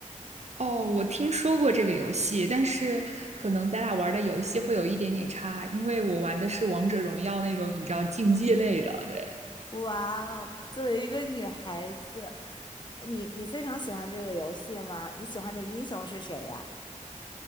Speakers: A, on the right; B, on the left.
A: 哦，我听说过这个游戏，但是可能咱俩玩的游戏会有一点点差，因为我玩的是王者荣耀那种你知道竞技类的。对，
B: 哇哦，作为一个女孩子，你你非常喜欢这个游戏吗？你喜欢的英雄是谁呀？